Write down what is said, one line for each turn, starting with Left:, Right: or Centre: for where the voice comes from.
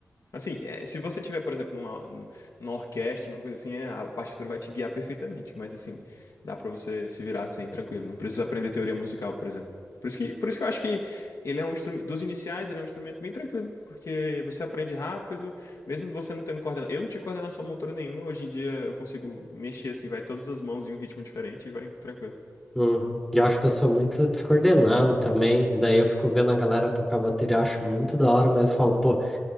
Left: Assim, é, se você tiver, por exemplo, numa, nu- numa orquestra, numa coisa assim, é, a partitura vai te guiar perfeitamente. Mas assim, dá pra você se virar assim, tranquilo. Não precisa aprender teoria musical, por exemplo. Por isso que, por isso que eu acho que ele é um instrumento, dos iniciais, ele é um instrumento bem tranquilo, porque você aprende rápido, mesmo você não tendo coordenação. Eu não tinha coordenação motora nenhuma, hoje em dia eu consigo mexer assim, vai todas as mãos em um ritmo diferente e vai tranquilo.
Centre: uhum. E Eu acho que eu sou muito descoordenado também. Daí eu fico vendo a galera tocar bateria, acho muito da hora, mas eu falo, pô,